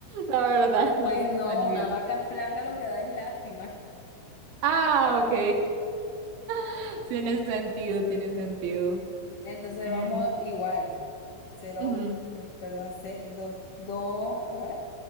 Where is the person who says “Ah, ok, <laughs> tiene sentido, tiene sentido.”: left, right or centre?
Right